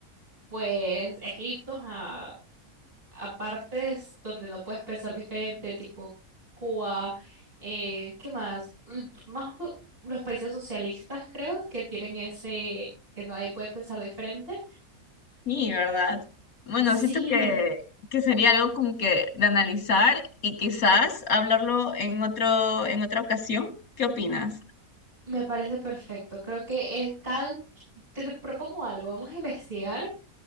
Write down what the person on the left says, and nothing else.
Sí, ¿verdad? Bueno,
siento que, que sería algo como que de analizar y quizás hablarlo en otro, en otra ocasión. ¿Qué opinas?